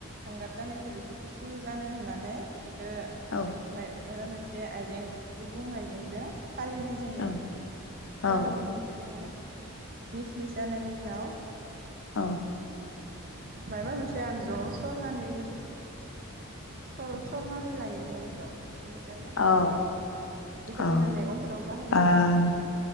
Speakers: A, on the right (about 45°); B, on the left (about 60°).
A: हांगार जानायखौ बेखौ गुसु जानो होननानै ओ
B: औ
A: माइ माबा मोनसे आइजें गुबुं आइजेंजों। सालिनाय जायो
B: औ
A: सालिनानै
B: औ
A: बेखौ जोङो मिस मिस जानायनि उनाव
B: औ
A: मायबा मोनसे आगजु आव सरनानै सर सरनानै लायो जों बेखौ बेनिफ्राय फ्रायनो खारै
B: औ
A: जायो बेखौ
B: औ
A: जोङो मैगंफोराव बाहायनाय
B: औ
A: जायो।